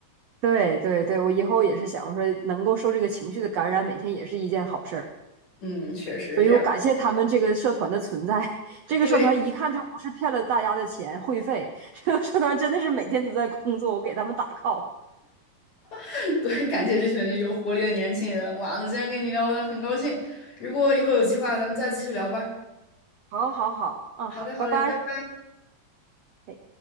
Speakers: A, on the right; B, on the left.
A: 对对对，我以后也是想，我说能够受这个情绪的感染，每天也是一件好事儿。
B: 嗯，确实是这样。
A: 所以我感谢他们这个社团的存在。<laughs> 这个社团一看就不是骗了大家的钱会费，
B: 对
A: 这个社团真的是每天都在工作，我给他们打 call。
B: <laughs> 对，感谢这群有活力的年轻人。哇，那今天跟你聊的很高兴，如果以后有计划，咱们再继续聊吧。
A: 好，好，好，嗯，
B: 好嘞，
A: 好，
B: 好嘞，
A: 拜拜。
B: 拜拜。
A: 哎。